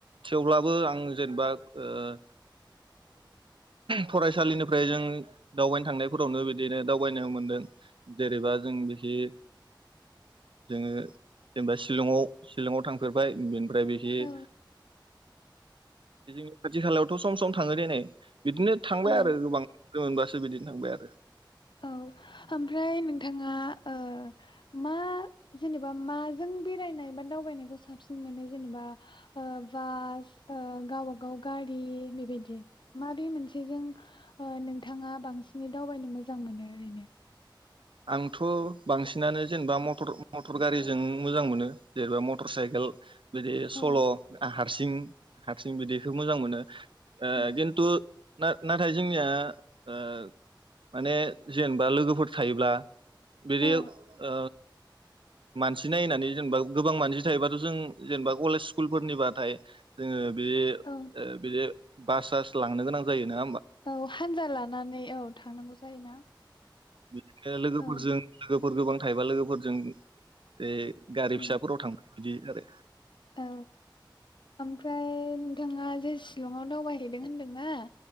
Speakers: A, on the right (about 85°); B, on the left (about 70°).
A: थेवब्लाबो आं जेनेबा ओ फरायसालिनिफ्राय जों दावबायनो थांनायफोरावनो बिदिनो दावबायनो मोनदों जेरैबा जों बिथिं ओ जोङो जेनेबा शिलंआव थांफेरबाय ओमफ्राय बेथिं
B: औ
A: खाथि खाालायावथ' सम सम थाङो दे नै। बिदिनो थांबाय
B: औ
A: आरो गोबां बारसो बिदिनो थांबाय आरो।
B: औ ओमफ्राय नोंथाङा ओ मा जेनेबा माजों बेरायनाय बा दावबायनायखौ साबसिन मोनो जेनेबा ओ बास ओ गावबागाव गारि बेबायदि माबे मोनसेजों ओ नोंथाङा बांसिनै दावबायनो मो? मोजां मोनो ओरैनो?
A: आंथ' बांसिनानो जेनेबा मटर- मटर गारिजों मोजां मोनो जेनेबा मटर साइकेल बिदि सल'
B: औ
A: हारसिं- हारसिं बिदैखौ मोजां मोनो।। ओ
B: उम
A: खिनथु नाथाय जोंनिया ओ माने जेनेबा लोगोफोर थायोब्ला बिदि
B: औ
A: ओ मानसि नायनानै जेनेबा गोबां मानसि थायोबाथ' जों जेनेबा कलेज स्कुलफोरनिबाथाय जोङो बिदि ओ
B: औ
A: बिदि बाससास लांनो गोनां जायो नों
B: औ हानजा लानानै औ थांनांगौ जायोना
A: इदिनो लोगोफोरजों
B: औ
A: लोगोफोर गोबां थायोबा लोगोफोरजों ए गारि
B: उम
A: फिसाफोराव थांबाय बिदि आरो
B: औ ओमफ्राय नोंथाङा जे शिलंआव दावबायहैदों होनदोंना